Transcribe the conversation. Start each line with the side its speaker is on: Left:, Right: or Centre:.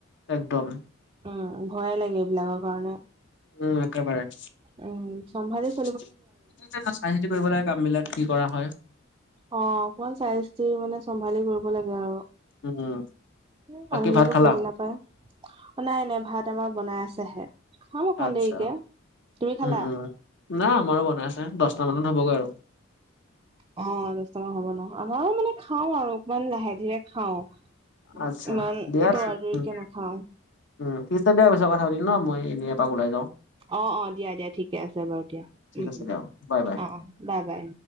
Left: একদম
Right: উম ভয়ে লাগে এইবিলাকৰ কাৰণে।
Left: উম একেবাৰে।
Right: উম, সম্ভালিচ
Left: <unintelligible> চাই চিতি কৰিব লাগে কাম বিলাক কি কৰা হয়।
Right: অ অকমান চাই চিতি মানে, চম্ভালি কৰিব লাগে আৰু।
Left: উম
Right: এ
Left: বাকী
Right: মানুহ বিলাকে
Left: ভাত খালা
Right: বুজিলা নাপায়। নাই নাই ভাত আমাৰ বনাই আছেহে, খাম অকণ
Left: আচ্ছা
Right: দেৰিকে। তুমি খালা?
Left: উম উম নাই আমাৰো বনাই আছে, দচটা মানত হ'বগৈ আৰু।
Right: অ দচটা মান হ'ব ন, আমাৰো মানে খাই আৰু অকমান লাহে ধীৰে খাওঁ,
Left: আচ্ছা
Right: ইমান
Left: দিয়া
Right: তৰা তৰিকে
Left: উম
Right: নাখাওঁ।
Left: উম, থিক আছে দে পাছত কথা পাতিম ন মই এনেই এপাক ওলাই যাওঁ
Right: অ, অ দিয়া দিয়া ঠিকে আছে বাৰু দিয়া।
Left: ঠিক
Right: উম
Left: আছে
Right: উম
Left: দিয়া বাই বাই
Right: অ, অ। বাই, বাই।